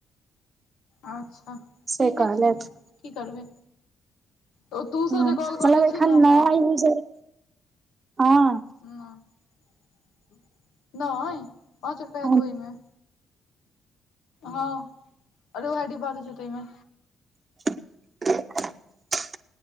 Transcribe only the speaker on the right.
से कहलथि
हँ
मतलब
एखन
नया यूजर हँ
हँ
<inaudible>